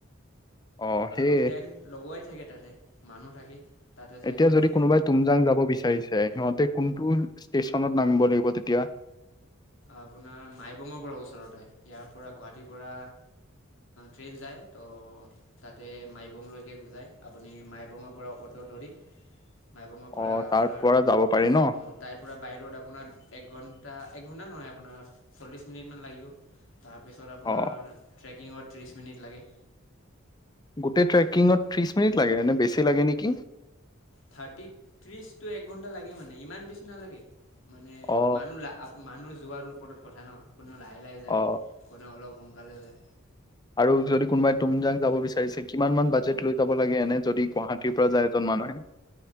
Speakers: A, on the left; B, on the left.
A: অ সেয়ে
B: আৰু টেন লগোৱাই থাকে তাতে মানুহ থাকে। তাতে যাই
A: এতিয়া
B: খালি
A: যদি
B: বুকিংটো
A: কোনোবাই
B: কৰিব
A: তুমজাং
B: লাগে
A: যাব বিচাৰিছে সিহঁতে কোনটো। ষ্টেচনত নামিব লাগিব তেতিয়া।
B: আপোনাৰ মাইবঙৰ পৰা ওচৰতে ইয়াৰ পৰা গুৱাহাটীৰ পৰা। ট্ৰেইন যায় ত' তাতে মাইবংলৈকে যায় আপুনি মাইবঙৰ পৰা। অতৰ ধৰি।
A: <unintelligible>
B: মাইবঙৰ পৰা
A: অ
B: আপোনাৰ
A: তাৰ পৰা যাব পাৰি ন
B: অঁ তাইৰ পৰা বাহিৰত আপোনাৰ একঘণ্টা এক। খুন্দা নহয় আপোনাৰ চল্লিছ মিনিটমান লাগিব তাৰপিছত আপোনাৰ
A: অ
B: ট্ৰেকিঙত। ত্ৰিছ মিনিট লাগে।
A: গোটেই ট্ৰেকিঙত ত্ৰিশ মিনিট লাগে বেছি লাগে নেকি।
B: থাৰ্টি ত্ৰিশ টু এক ঘণ্টা লাগে মানে ইমান বেছি নালাগে। মানে
A: অ
B: মানুহ মানুহ যোৱাৰ ওপৰত কথা ন কোনেও লাহে লাহে যায়
A: অ
B: কোনেও অলপ। সোনকালে যায়।
A: আৰু যদি কোনোবাই তুমজাং যাব বিচাৰিছে কিমান মান বাজেট লৈ যাব লাগে এনে যদি গুৱাহাটীৰ পৰা যায় এজন মানুহে। <unintelligible>